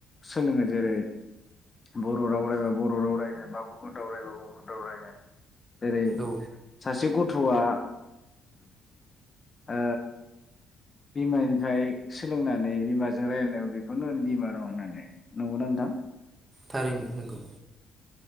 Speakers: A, on the left (about 25°); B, on the right (about 20°).
A: सोलोङो जेरै बर' राव रायबा बर' राव रायगोन बा गुबुन राव रायबा गुबुन राव रायगोन जेरै
B: औ
A: सासे गथ'आ ओ बिमा निफ्राय सोलोंनानै बिमाजों रायलायनायाव बेखौनो होन बिमा राव होननानै नंगौना नोंथां
B: थारैनो नोंगौ